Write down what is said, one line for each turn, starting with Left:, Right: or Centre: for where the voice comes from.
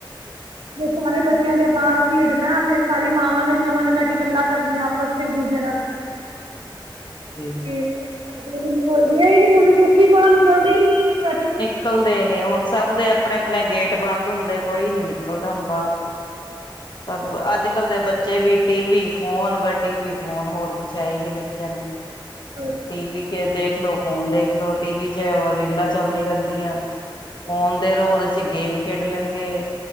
Right: ਤੇ ਸਾਰੇ ਬੱਚਿਆਂ ਨੇ ਬਾਹਰ ਖੇਡਨਾ ਤੇ ਸਾਰੀ ਮਾਵਾਂ ਨੇ ਪਿਓ ਨੇ ਬਹਿ ਕੇ ਗੱਲਾਂ ਕਰਨੀਆਂ ਬਸ ਇੱਕ ਦੂਜੇ ਨਾਲ,
Left: ਹਾਂਜੀ
Right: ਠੀਕ ਹੈ ਕਰਦੇ ਹੁਨ ਰਿਆ ਈ ਨਈ ਹੁਨ ਲੋਕੀ ਬਾਹਰ ਨਿਕਲਦੇ ਹੀ ਨੀ‌ ਇਨਵੇ
Left: ਨਿਕਲਦੇ ਨੇ ਹੁਨ ਸਭ ਦੇ ਆਪਨੇ ਆਪਨੇ ਗੇਟ ਬੰਦ ਹੁੰਦੇ ਕੋਈ ਨੀ ਨਿਕਲਦਾ ਹੁਨ ਬਾਹਰ ਸਭ ਅੱਜ-ਕੱਲ੍ਹ ਦੇ ਬੱਚੇ ਵੀ ਟੀ-ਵੀ ਫੋਨ ਵ ਟੀ-ਵੀ ਫੋਨ ਹੋਰ ਕੁਛ ਹੈ ਈ ਨੀ ਬੱਚਿਆਂ ਨੂੰ
Right: <inaudible>
Left: ਟੀ-ਵੀ ਕੇ ਦੇਖ ਲੋ ਫੋਨ ਦੇਖ ਲੋ ਟੀ-ਵੀ ਚ ਰੀਲਾਂ ਚੱਲਦੀ ਰਹਿੰਦੀਆਂ ਫੋਨ ਦੇਦੋ ਉਹਦੇ 'ਚ ਗੇਮ ਖੇਡ ਲੈਣਗੇ